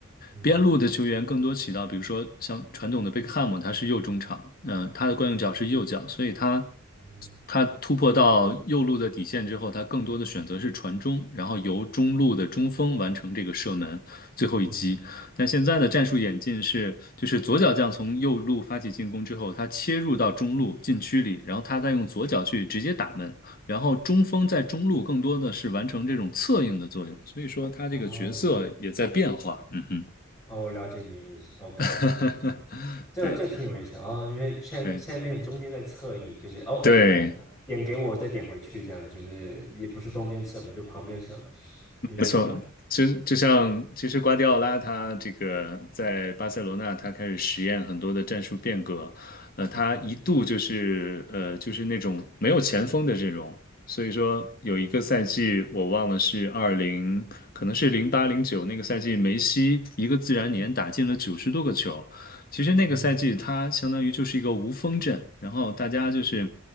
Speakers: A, on the left; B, on the left.
A: 嗯
B: 边路的球员更多起到，比如说像传统的贝克汉姆，他是右中场，嗯、他的惯用脚是右脚，所以他
A: 嗯，
B: 他突破到右路的底线之后，他更多的选择是传中，然后由中路的中锋完成这个射门最后一击。
A: 嗯，
B: 但现在的战术演进是，就是左脚将从右路发起进攻之后，他切入到中路禁区里，然后他再用左脚去直接打门，然后中锋在中路更多的是完成这种策应的作用，所以说他这个角色也在变化。
A: 啊，
B: 嗯哼。
A: 哦，我了解你意思。OK
B: <laughs>
A: OK，这个这个挺有意思的哦，
B: 对
A: 因为现在现在变成中间在侧应，
B: 对
A: 就是哦，
B: 对，
A: 点给我，我再点回去，这样子就是也不是中间什么，就旁边什么。嗯，
B: 没错，
A: 我
B: 就就像其实瓜迪奥拉他这个在巴塞罗那，他开始实验很多的战术变革，呃，他一度就是呃就是那种没有前锋的阵容，
A: 嗯嗯
B: 所以说有一个赛季我忘了是二零，可能是零八零九那个赛季，梅西一个自然年打进了九十多个球，其实那个赛季，
A: 嗯，
B: 它相当于就是一个无锋阵，然后大家就是，